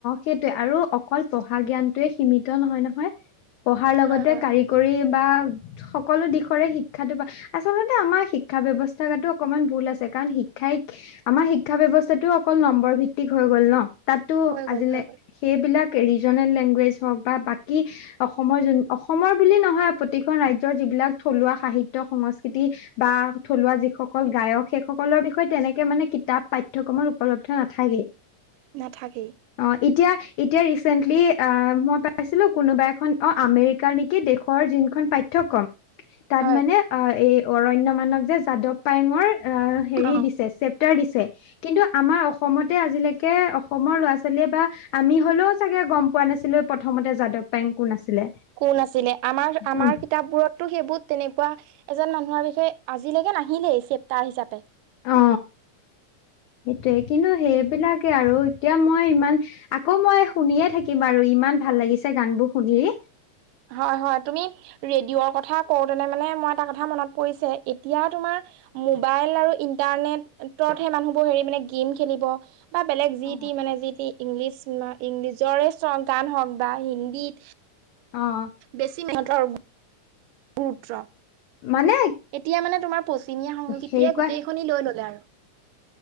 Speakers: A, on the left; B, on the right.
A: সেইটোয়ে আৰু অকল পঢ়া জ্ঞানটোৱে সীমিত নহয় নহয় পঢ়াৰ লগতে
B: হয় হয়
A: কাৰিকৰী বা সকলো দিশৰে শিক্ষাটো আচলতে আমাৰ শিক্ষা ব্যৱস্থাটো অকমান ভুল আছে কাৰণ শিক্ষাই আমাৰ শিক্ষা ব্যৱস্থাটো অকল নম্বৰ ভিত্তিক হৈ গ'ল ন টো
B: হৈ গ'ল
A: আজিলে
B: হৈ গ'ল
A: সেইবিলাক ৰিজনেল লেংগুৱেজ হওক বা বাকী অসমৰ জ অসমৰ বুলি নহয় প্ৰতিকখন ৰাজ্যৰ যিবিলাক থলুৱা সাহিত্য সংস্কৃতি বা থলুৱা যিসকল গায়ক সেই সকলৰ বিষয়ে তেনেকে মানে কিতাপ পাঠ্যয়ক্ৰমত উপলব্ধ নাথাকেই
B: নাথাকেই
A: অ' এতিয়া এতিয়া ৰিচেন্টলি আ মই পাইছিলো কোনোবা এখন অ' আমেৰিকাৰ নি কি দেশৰ যোনখন পাঠ্যক্ৰম তাত
B: হয়
A: মানে আ এই অৰণ্য মানৱ যে যাদৱ পায়ঙৰ আহ হেৰি
B: অ
A: দিছে চপ উত্তাৰ দিছে, কিন্তু আমাৰ অসমতে আজিলৈকে অসমৰ ল'ৰা ছোৱালীয়ে বা আমি হলেও চাগে গম পোৱা নাছিলো প্ৰথমতে যাদৱ পায়েং কোন আছিলে
B: কোন আছিলে, আমাৰ-আমাৰ
A: উ
B: কিতাপ বোৰতো সেইবোৰত তেনেকুৱা এজন মানুহৰ বিষয়ে আজিলকে নাহিলেই চেপ্তাৰ হিচাপে
A: অ সেইটোয়ে কিন্তু সেইবিলাকে আৰু এতিয়া মই ইমান আকৌ মই শুনিয়ে থাকিম আৰু ইমান ভাল লাগিছে গানবোৰ শুনি। <unintelligible>
B: হয়-হয়, তুমি ৰেডিঅ'ৰ কথা কওঁতেনে মানে মই এটা কথা মনত পৰিছে এতিয়া তোমাৰ <unintelligible> মোবাইল আৰু ইন্টাৰনেটতহে মানুহবোৰ হেৰি মানে গেম খেলিব <unintelligible> বা বেলেগ যি
A: অ
B: টি মানে যি টি ইংলিছ ইংলিজৰে গান হওক বা হিন্দীত <unintelligible>
A: অঁ। <inaudible>
B: বেছি মিহতৰ <unintelligible> গুৰুত্ব,
A: মানে
B: এতিয়া মানে তোমাৰ পশ্চিমীয়া সংস্কৃতিয়ে
A: হেৰি কোৱা
B: গোটেই খিনি লৈ ললে আৰু। <unintelligible>